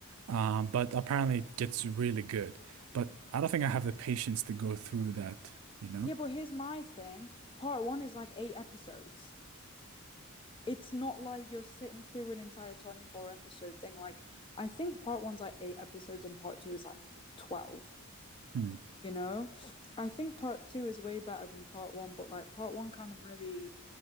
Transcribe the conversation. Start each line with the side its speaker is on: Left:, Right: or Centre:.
Right: um, but apparently it gets really good. But I don't think I have the patience to go through that, you know?
Left: yeah, but here's my thing part one is like eight episodes. It's not like you're sitting through an entire 24 episode thing. Like, I think part one's like eight episodes and part two is like 12.
Right: Hmm.
Left: you know i think part two is way better than part one but like part one kind of really